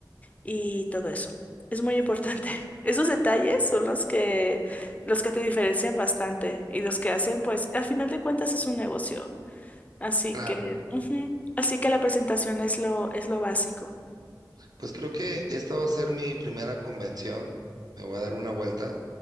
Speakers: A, on the left (about 20°); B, on the right (about 55°).
A: y todo eso. Es muy importante. <laughs> Esos detalles son los que, los que te diferencian bastante y los que hacen, pues, al final de cuentas es un negocio. Así
B: Claro.
A: que, ujú, Así que la presentación es lo, es lo básico.
B: Pues creo que esta va a ser mi primera convención. Me voy a dar una vuelta.